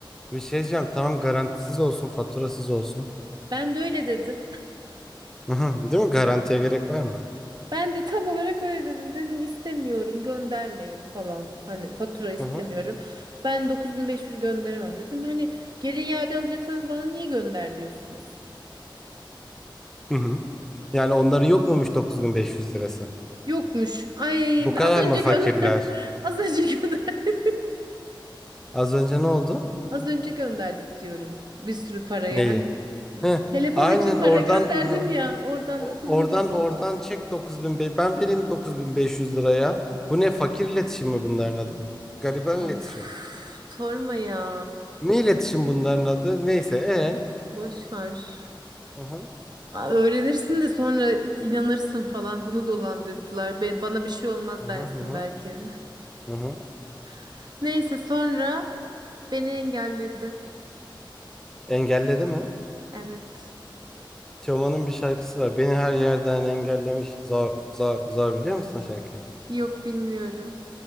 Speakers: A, in the centre; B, on the right.
A: Bir şey diyeceğim. Tamam garantisiz olsun, faturasız olsun.
B: Ben de öyle dedim.
A: Hı hı, Değil mi? Garantiye gerek var mı?
B: Ben de tam olarak öyle dedim. Dedim istemiyorum göndermeyin falan. Hani fatura istemiyorum.
A: Hı hı.
B: Ben 9500 gönderemem dedim. Hani geri iade alacaksanız bana niye gönder diyorsunuz?
A: Hı hı. Yani onların yok muymuş 9500 lirası?
B: Yokmuş. Ay
A: Bu kadar
B: az önce
A: mı fakirler?
B: gönder. <laughs> Az önce gönder. <laughs>
A: Az önce ne oldu?
B: Az önce gönderdik diyorum. Bir sürü parayı.
A: Neyi?
B: Hani
A: Hı.
B: telefon
A: Aynen
B: için para
A: oradan
B: gönderdim
A: hı.
B: ya. Oradan
A: O-
B: 9500.
A: oradan oradan çek 9000 be- ben vereyim 9500 liraya. Bu ne fakir iletişim mi bunların adı? Gariban
B: Of
A: iletişim.
B: sorma ya.
A: Ne iletişim bunların adı? Neyse e.
B: Boş ver.
A: Hı hı.
B: Aa, Öğrenirsin de sonra inanırsın falan bunu dolandırdılar. Ben, bana bir şey olmaz
A: Hı hı
B: dersin
A: hı hı.
B: belki.
A: Hı hı.
B: <laughs> Neyse sonra beni engelledi.
A: Engelledi mi?
B: Evet.
A: Teoman'ın bir şarkısı var. Beni her yerden engellemiş. Zor, zor, zor biliyor musun o şarkıyı?
B: Yok bilmiyorum.